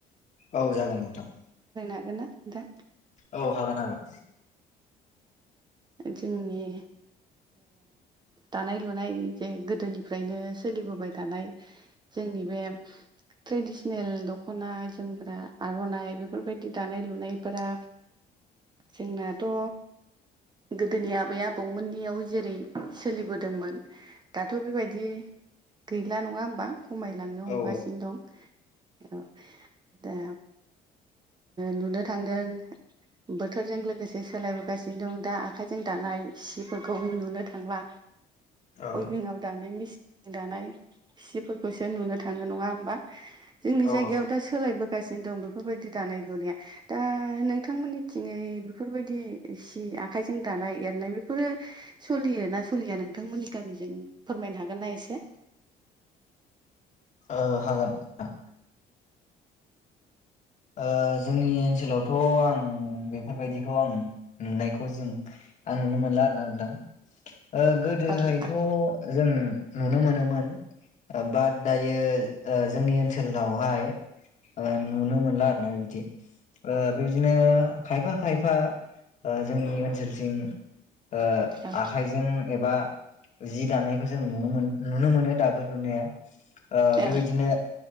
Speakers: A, on the left; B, on the right.
A: औ जागोन नोंथां।
B: हागोन ना नोंथां?
A: औ हागोन हागोन।
B: जोंनि। दानाय लुनाय जे गोदोनिफ्रायनो सोलिबोबाय थानाय जोंनि बे ट्रेडिसनेल दख'ना जोमग्रा आर'नाइ बेफोरबायदि दानाय लुनायफोरा। जोंनाथ' गोदोनि आबै आबौमोननियाव जेरै सोलिबोदोंमोन दाथ' बेबायदि। गैला नङा होमबा खमायलांनो हमगासिनो
A: औ
B: दं। औ दा नुनो थांदों बोथोरजों लोगोसे सोलायबोगासि नो दा आखाइजों दानाय सिफोरखौ नुनो थांला।
A: औ
B: अइभिंव दानाय मेसिन दानाय सिफोरखौसो नुनो थाङो नङा होमबा। जोंनि
A: औ
B: जायगायाव
A: औ
B: दा सोलायबोगासिनो दं बेफोरबायदि दानाय लुनाया दा नोंथांमोननि थिङै बेफोरबायदि आखाइजों दानाय एरनाय बेफोरो सोलियो ना सलिया नोंथांमोननि गामिजों फोरमायनो हागोन। ना एसे
A: ओ हागोन नोंथां। ओ जोंनि ओनसोलावथ' आं बेफोरबायदिखौ आं नुनायखौ जों। आं नुनो मोनला आरो ना नोंथां।
B: <inaudible>
A: ओ गोदोहायथ'
B: औ आ
A: जों। नुनो मोनोमोन बाट दायो जोंनि ओनसोलावहाय नुनो मोनला आरोना एदि। बेबायदिनो खायफा खायफा जोंनि ओनसोलथिं ओ
B: औ
A: आखाइजों एबा जि दानायखौ जों नुनो मोन नुनो मोनो दाबो नुनाया ओ
B: औ
A: बेबायदिनो